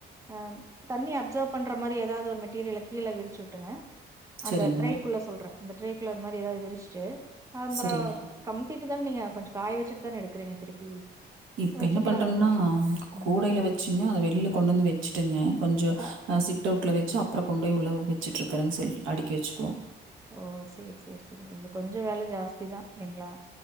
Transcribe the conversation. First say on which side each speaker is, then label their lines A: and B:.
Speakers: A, on the right (about 15°); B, on the right (about 80°).
A: ஆ தண்ணி அப்சர்வ் பண்ற மாரி ஏதாவது ஒரு மெட்டீரியல கீழ விரிச்சுட்டுங்க அந்த
B: சரிங்க
A: ட்ரேக்குள்ள சொல்றே அந்த ட்ரேக்ல அது மாரி எதாவது விரிச்சிட்டு ஆம்பறோ
B: சரிங்க
A: கம்த்திட்டு தான நீங்க கொஞ்சோ காய வெச்சிட்டு தான எடுக்கறீங்க திருப்பி
B: இப்ப
A: வச்சுக்கலாங்களாச்சா
B: என்ன பண்றங்கன்னா
A: ம்
B: கூடைல வெச்சுங்க அத வெளியில கொண்டு வந்து வெச்சுட்டுங்க கொஞ்ச
A: கா
B: நா சிட் அவுட்ல வச்சு அப்புற கொண்டு போயி உள்ள வெச்சுட்டுருக்கறனு செல்ஃப் அடிக்கி வெச்சுக்கோ
A: ஓ சேரி சேர் சேரி உங்ளுக்கு கொஞ்சோ வேல ஜாஸ்தி தா இல்லைங்ளா